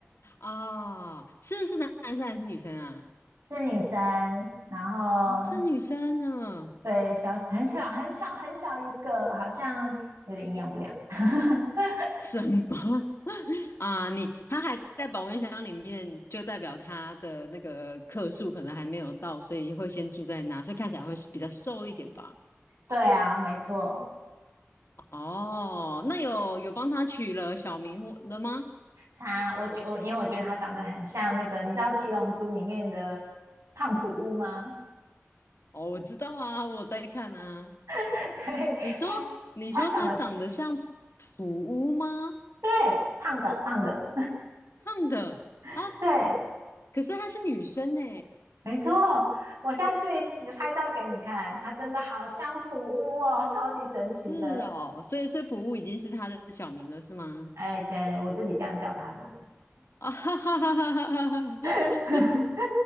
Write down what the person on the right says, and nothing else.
是女生，然后
对小很小很小很小一个，好像有点营养不良。<laughs>
对啊，没错。
他，我觉我因为我觉得他长得很像那个，你知道《七龙珠》里面的胖普乌吗？
<laughs> 对，
他他长得是
对胖的胖的，
<laughs> 对，
没错。我下次拍照给你看，他真的好像普乌哦，超级神奇的。
哎，对，我自己这样叫他的。
<laughs>